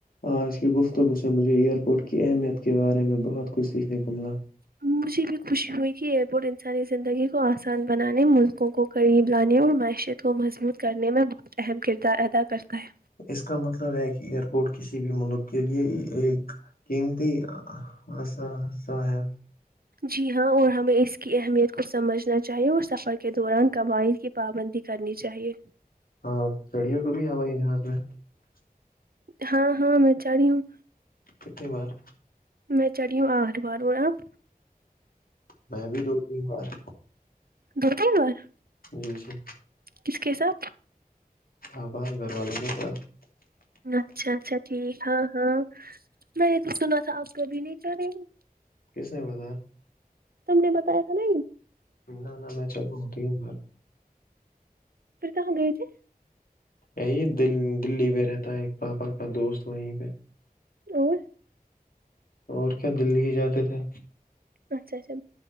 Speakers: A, on the left; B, on the right.
A: آج کی گفتگوز سے مجھے ایئر پورٹ کی اہمیت کے بارے میں بہت کچھ سیکھنے کو ملا
B: مجھے بھی خوشی ہوئی کہ ایئرپورٹ انسانی زندگی کو آسان بنانے ملکوں کو قریب لانے اور معیشت کو مضبوط کرنے میں بہت اہم کردار ادا کرتا ہے
A: اس کا مطلب ہے کہ ایئرپورٹ کسی بھی ملک کے لیے ایک کمتی سا ہے
B: جی ہاں اور ہمیں اس کی اہمیت کو سمجھنا چاہیے اور سفر کے دوران قوائعد کے پابندی کرنی چاہیے
A: ہاں سڑیوں کو بھی ہوا ہے جہاز پ میں
B: ہاں ہاں میں چاہ رہی ہوں
A: کتے بار
B: میں چڑھی ہوں آٹھ بار اور آپ
A: میں بھی دو تین بار
B: دتا ن <unintelligible>
A: جی جی
B: کس کے ساتھ
A: آپا گھر والوں بھی تھا
B: اچھا اچھا ٹھیک ہاں ہاں میں نے تو سنا تھا آپ کبھی نہیں چڈین رہے
A: کس نے بتایا
B: تم نے بتایا تھا نا
A: نہ نہ میں چڑھا ہوں تین بار
B: پورھر کہاں گئییے تھے
A: یہی دل دلی پہ رہتا ہے ایک پاپا کا دوست وہیں پہ
B: اور
A: اور کیا دلی ہی جاتے تھے
B: اچھا اچھا